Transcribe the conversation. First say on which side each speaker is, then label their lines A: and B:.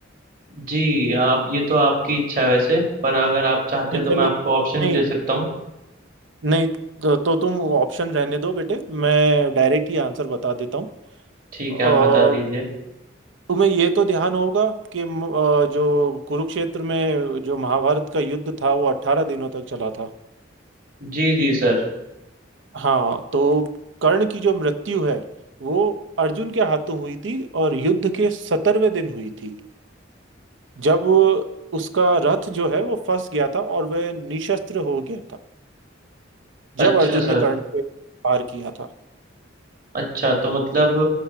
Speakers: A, on the right; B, on the right.
A: जी आप ये तो आपकी इच्छा है वैसे पर अगर आप चाहते
B: नहीं
A: हैं तो
B: चलो
A: मैं आपको ऑप्शन
B: नहीं
A: भी दे सकता हूँ
B: नहीं तो, तो तुम ऑप्शन रहने दो बेटे मैं डायरेक्ट ही आंसर बता देता हूँ
A: ठीक
B: अ,
A: है आप बता दीजिए
B: तुम्हें ये तो ध्यान होगा कि म- अ, जो कुरुक्षेत्र में जो महाभारत का युद्ध था वो अट्ठारह दिनों तक चला था
A: जी जी सर
B: हाँ तो कर्ण की जो मृत्यु है वो अर्जुन के हाथों हुई थी और युद्ध के सत्तरवें दिन हुई थी जब उसका रथ जो है वो फंस गया था और वह निशस्त्र हो गया था
A: अच्छा
B: जब अर्जुन ने
A: सर
B: कर्ण पे वार किया था
A: अच्छा तो मतलब